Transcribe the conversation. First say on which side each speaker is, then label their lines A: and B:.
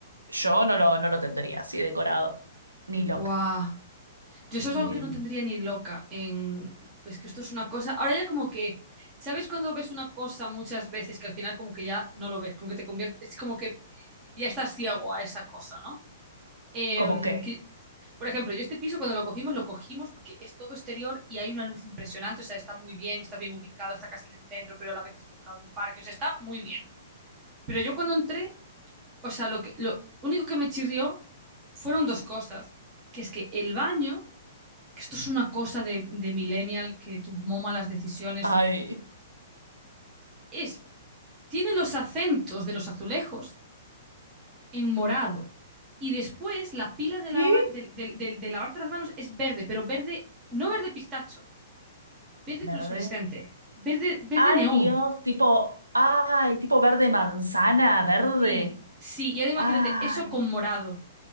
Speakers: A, on the right; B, on the right.
A: yo no lo, no lo tendría así decorado, ni
B: Buah.
A: loca.
B: Yo eso
A: Eh,
B: es algo que no tendría ni loca en... Uf, es que esto es una cosa... Ahora ya como que... ¿Sabes cuando ves una cosa muchas veces que al final como que ya no lo ves? Como que te convierte... Es como que eh, ya estás ciego a esa cosa, ¿no? Em,
A: ¿cómo qué?
B: que- Por ejemplo, yo este piso cuando lo cogimos, lo cogimos porque es todo exterior y hay una luz impresionante. O sea, está muy bien, está bien ubicado, está casi en el centro, pero a la vez está al lado de un parque. O sea, está muy bien. Pero yo cuando entré... O sea, lo que, lo único que me chirrió fueron dos cosas. Que es que el baño, que esto es una cosa de, de millennial que tomó malas decisiones,
A: Ay,
B: es, tiene los acentos de los azulejos en morado. Y después la pila de, lava-
A: ¿Y?
B: de- de- de- de lavarte las manos es verde, pero verde, no verde pistacho, verde
A: verde.
B: fluorescente, verde, verde
A: Ay,
B: neón.
A: Dios, tipo, ay, tipo verde manzana, verde.
B: Sí, sí, y ahora imagínate
A: Ay,
B: eso con morado.